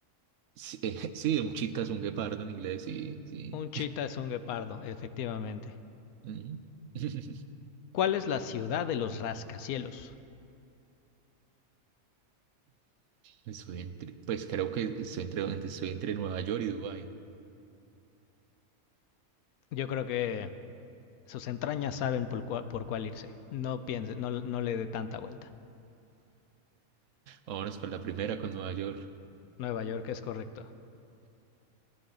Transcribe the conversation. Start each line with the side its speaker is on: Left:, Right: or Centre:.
Right: Sí, <laughs> eh, sí, un chita es un guepardo en inglés, sí, sí.
Left: Un chita es un guepardo, efectivamente.
Right: <laughs> Ujú. <laughs>
Left: ¿Cuál es la ciudad de los rascacielos?
Right: Estoy entre- pues creo que estoy entre, estoy entre Nueva York y Dubái.
Left: Yo creo que sus entrañas saben por, cua- por cuál irse. No piense, no, no le dé tanta vuelta.
Right: Vámonos con la primera, con Nueva York.
Left: Nueva York es correcto.